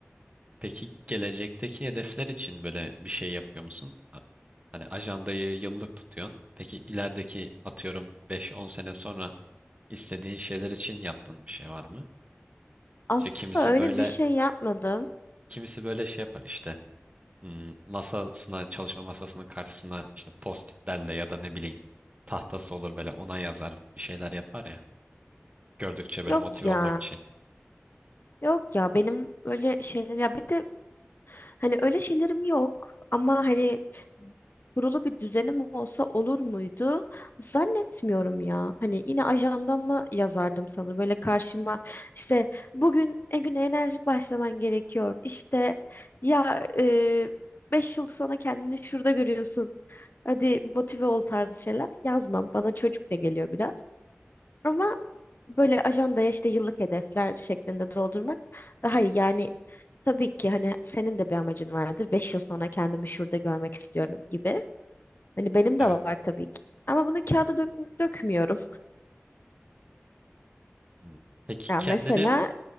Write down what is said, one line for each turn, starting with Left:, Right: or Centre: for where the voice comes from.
Right: Peki gelecekteki hedefler için böyle bir şey yapıyor musun? A- Hani ajandayı yıllık tutuyorsun. Peki ilerideki atıyorum beş on sene sonra istediğin şeyler için yaptığın bir şey var mı?
Left: Aslında
Right: İşte kimisi
Left: öyle
Right: böyle
Left: bir şey yapmadım.
Right: kimisi böyle şey yapar işte hmm, masasına çalışma masasının karşısına işte postitlerle ya da ne bileyim tahtası olur böyle ona yazar bir şeyler yapar ya. Gördükçe böyle
Left: Yok
Right: motive
Left: ya.
Right: olmak için.
Left: Yok ya benim öyle şeyler ya bir de Hani öyle şeylerim yok ama hani kurulu bir düzenim olsa olur muydu? Zannetmiyorum ya. Hani yine ajandama yazardım sanırım. Böyle karşıma işte bugün e güne enerjik başlaman gerekiyor. İşte ya e, beş yıl sonra kendini şurada görüyorsun. Hadi motive ol tarzı şeyler yazmam. Bana çocukça geliyor biraz. Ama böyle ajandaya işte yıllık hedefler şeklinde doldurmak daha iyi. Yani Tabii ki hani senin de bir amacın vardır. Beş yıl sonra kendimi şurada görmek istiyorum gibi. Hani benim
Right: Evet.
Left: de var tabii ki. Ama bunu kağıda dök- dökmüyorum.
Right: Hmm. Peki
Left: Ya
Right: kendini
Left: mesela